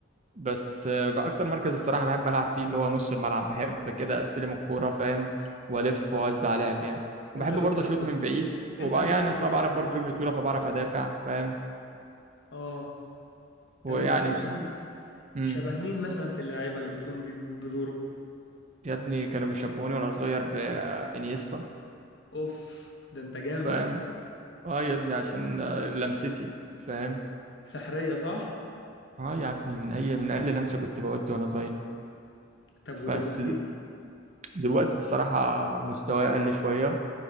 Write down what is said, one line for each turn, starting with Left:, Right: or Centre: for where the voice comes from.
Right: بس آه، بقى اكتر مركز الصراحه بحب العب فيه اللي هو نص الملعب بحب كده استلم الكوره فاهم والف واوزع لعب يعني وبحب
Left: انت اللي
Right: برضه
Left: بتربط
Right: اشوط من بعيد وبقى
Left: انت اللي
Right: يعني
Left: بتربط
Right: اصلا بعرف
Left: يعني
Right: برضه رجلي طويله فبعرف ادافع فاهم
Left: اه
Right: ويعني
Left: طب انت مثلا
Right: بس... مم.
Left: شبه مين مثلا في اللعيبة اللي بتقوم بيهم بدوره
Right: يا ابني كانوا بيشبهوني وانا صغير بانيستا
Left: اوف ده انت جامد
Right: فاهم
Left: بقى
Right: اه يا ابني عشان آه، لمستي فاهم
Left: سحرية صح
Right: اه يا ابني من اي من اقل لمسه كنت بودي وانا صغير
Left: طب ودلوقتي
Right: بس د- دلوقتي الصراحه مستواي اقل شويه